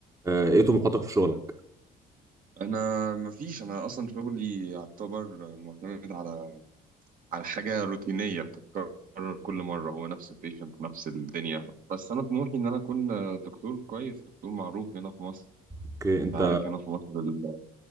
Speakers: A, on the right; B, on the right.
A: آه، ايه طموحاتك في شغلك
B: انا مفيش انا اصلا شغلي يعتبر معتمد على على حاجه روتينيه بتتكرر كل
A: مم.
B: مره هو نفس البيشنت نفس الدنيا بس انا طموحي ان انا اكون دكتور كويس دكتور معروف هنا في مصر
A: اوكي انت
B: انت عارف هنا في مصر ال-